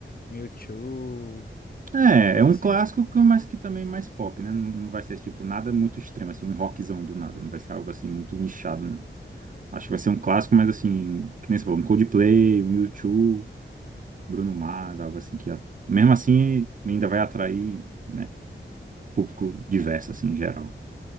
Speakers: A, on the left (about 45°); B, on the right (about 40°).
A: Um YouTube,
B: É,
A: uma coisa
B: é um
A: assim?
B: clássico, que- mas que também é mais pop, né? Não não vai ser, tipo, nada muito extremo, assim, um rockzão do nada. Não vai ser algo, assim, muito nichado, não. Acho que vai ser um clássico, mas, assim, que nem você falou, um Coldplay, um U2. Bruno Mars, algo assim que, a- mesmo assim, ainda vai atrair, né, público diverso,
A: Aí,
B: assim, em geral.